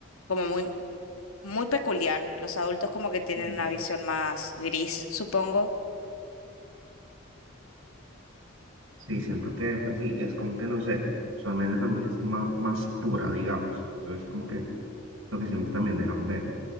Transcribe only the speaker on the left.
como muy, muy peculiar. Los adultos como que tienen
una visión más gris, supongo.